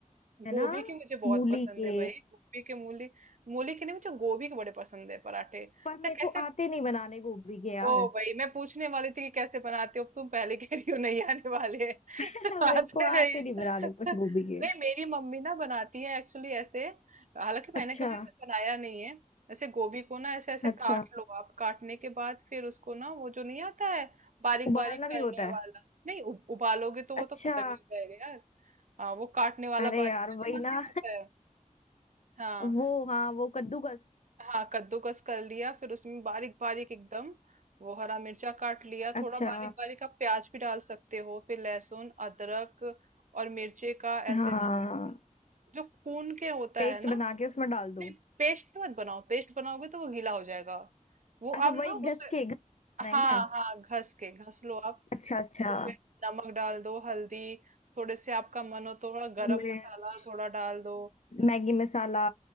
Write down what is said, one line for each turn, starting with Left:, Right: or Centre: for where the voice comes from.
Left: है
Right: गोभी
Left: ना
Right: की मुझे बहुत
Left: मूली
Right: पसंद
Left: के
Right: है भाई गोभी के मूली मूली की नहीं मुझे गोभी के बड़े पसंद है पराठे अच्छा
Left: पर मेरे
Right: कैसे
Left: को आते नहीं बनाने गोभी के यार
Right: ओ भाई मैं पूछने वाली थी कि कैसे बनाते हो तुम पहले कह रही हो नहीं आने वाले <laughs>
Left: <laughs>
Right: आते
Left: मेरे को आते
Right: नहीं
Left: नहीं बनाने
Right: <laughs>
Left: बस गोभी के
Right: नहीं मेरी मम्मी ना बनाती है एक्चुअली ऐसे हालांकि मैंने
Left: अच्छा
Right: कभी ऐसे बनाया नहीं है ऐसे गोभी को ना ऐसे ऐसे काट
Left: अच्छा
Right: लो आप काटने के बाद फिर उसको ना वो जो नहीं आता है बारीक
Left: उबालना
Right: बारीक
Left: भी
Right: करने
Left: होता
Right: वाला
Left: है
Right: नहीं उ, उबालोगे तो वो
Left: अच्छा
Right: तो खत्म ही हो जाएगा यार हाँ वो काटने वाला
Left: अरे
Right: बारीक
Left: यार
Right: वाली
Left: वही
Right: मशीन
Left: ना
Right: होता है हाँ
Left: वो हाँ वो कद्दूकस
Right: हाँ कद्दूकस कर लिया फिर उसमें बारीक बारीक एकदम वो हरा मिर्चा काट लिया
Left: अच्छा
Right: थोड़ा बारीक बारीक आप प्याज भी डाल सकते हो फिर लहसुन अदरक और मिर्चे का ऐसे
Left: हाँ
Right: ना जो कून के होता
Left: पेस्ट
Right: है ना
Left: बना
Right: तो
Left: के उसमें डाल दो
Right: नहीं पेस्ट मत बनाओ पेस्ट बनाओगे तो वो गीला हो जाएगा वो
Left: अच्छा
Right: आप
Left: वही
Right: ना
Left: घस
Right: उसे
Left: के घस के है
Right: हाँ
Left: क्या
Right: हाँ घस के घस लो आप
Left: अच्छा अच्छा
Right: उसको फिर नमक डाल दो हल्दी थोड़े से आपका मन हो तो थोड़ा गरम
Left: मिर्च
Right: मसाला थोड़ा डाल दो
Left: मैगी मसाला